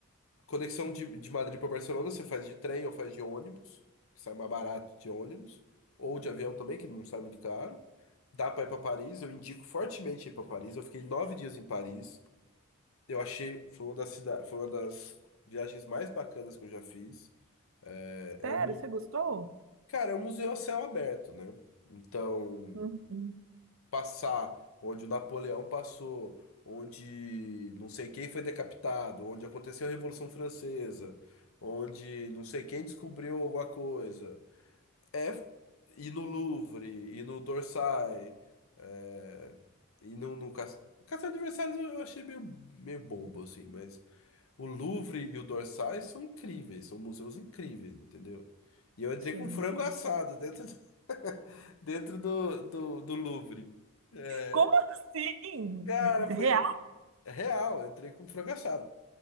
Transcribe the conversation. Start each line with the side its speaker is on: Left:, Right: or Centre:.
Left: conexão de, de Madrid para Barcelona você faz de trem ou faz de ônibus, que sai mais barato de ônibus, ou de avião também, que não sai muito caro. Dá para ir para Paris, eu indico fortemente ir para Paris. Eu fiquei nove dias em Paris. Eu achei, foi uma das cida- foi uma das viagens mais bacanas que eu já fiz. É,
Right: Sério,
Left: é um, mu-
Right: você gostou?
Left: cara, é um museu a céu aberto, né? Então,
Right: uhum.
Left: passar onde o Napoleão passou, onde não sei quem foi decapitado, onde aconteceu a Revolução Francesa, onde não sei quem descobriu alguma coisa. É ir no Louvre, ir no Dorsay, é, ir no, no Cas- Castelo de Versalhes eu achei meio, meio bobo, assim, mas O Louvre e o Dorsais são incríveis, são museus incríveis, entendeu? E eu entrei
Right: Sim.
Left: com frango
Right: sim.
Left: assado dentro do, <laughs> dentro do, do, do Louvre. É,
Right: Como assim?
Left: Cara,
Right: Real?
Left: foi é real, eu entrei com frango assado.